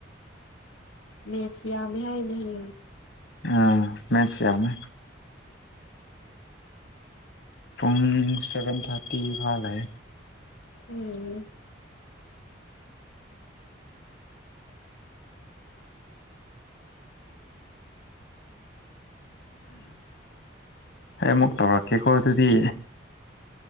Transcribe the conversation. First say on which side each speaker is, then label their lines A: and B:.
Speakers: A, on the left; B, on the left.
A: ꯃꯦꯠꯁ ꯌꯥꯝꯃꯦ ꯍꯥꯏꯅꯦ ꯍꯌꯦꯡ
B: ꯑꯥ ꯃꯦꯠꯁ ꯌꯥꯝꯃꯦ ꯄꯨꯡ ꯁꯚꯦꯟ ꯊꯥꯔꯇꯤ ꯐꯥꯎ ꯂꯩ
A: ꯎꯝ
B: ꯑꯩ ꯑꯃꯨꯛ ꯇꯧꯔꯛꯀꯦꯀꯣ ꯑꯗꯨꯗꯤ